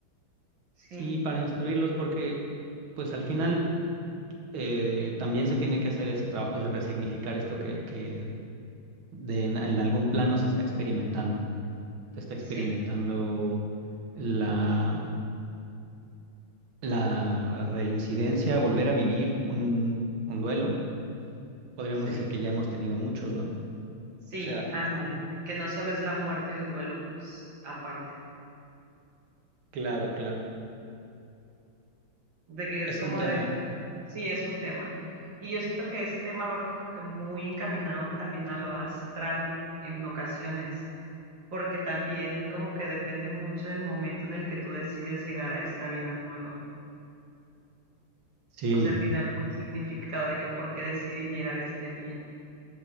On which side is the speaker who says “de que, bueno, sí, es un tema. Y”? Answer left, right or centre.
Right